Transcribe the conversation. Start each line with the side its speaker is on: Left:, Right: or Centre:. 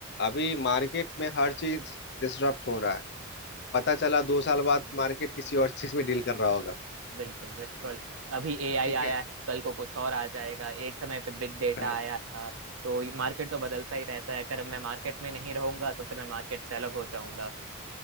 Left: अभी मार्केट में हर चीज डिसरप्ट हो रहा है पता चला दो साल बाद मार्केट किसी और चीज में डील कर रहा होगा
Right: बिल्कुल बिल्कुल अभी एआई
Left: ठीक
Right: आया
Left: है
Right: है कल को कुछ और आ जाएगा एक समय पे बिग डेटा
Left: <laughs>
Right: आया था तो मार्केट तो बदलता ही रहता है अगर मैं मार्केट में नहीं रहूंगा तो फिर मैं मार्केट से अलग हो जाऊंगा